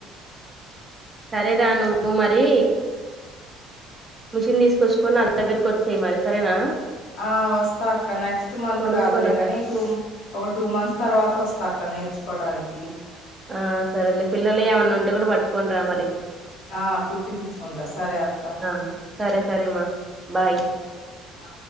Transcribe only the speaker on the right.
సరేరా నువ్వు మరి మిషన్ తీసుకొచ్చుకొని నా దగ్గరకు వచ్చేయి మరి సరేనా
కొనుక్కోరా
ఆ సరే అండి పిల్లలు ఏమైన్నా ఉంటే కూడా పట్టుకోని రా మరి
ఆ సరే సరేమా బాయ్